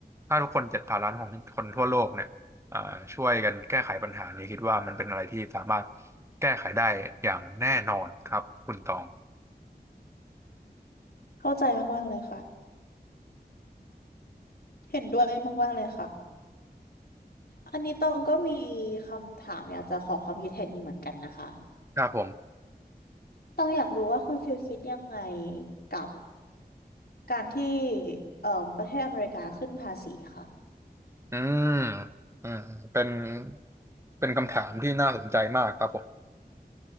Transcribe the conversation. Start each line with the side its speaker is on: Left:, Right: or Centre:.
Right: ถ้าทุกคนเจ็ดพันล้านของคนทั่วโลกเนี่ยอ่าช่วยกันแก้ไขปัญหานี้คิดว่ามันเป็นอะไรที่สามารถแก้ไขได้อย่างแน่นอนครับคุณตอง
Left: เข้าใจมากๆเลยค่ะเห็นด้วยมากๆเลยค่ะ อันนี้ตองก็มีคำถามอยากจะขอความคิดเห็นอยู่เหมือนกันนะคะ
Right: ครับผม
Left: ตองอยากรู้ว่าคุณฟิลคิดยังไงกับการที่เอ่อประเทศอเมริกาขึ้นภาษีค่ะ
Right: อืมอ่าเป็นเป็นคำถามที่น่าสนใจมากครับผม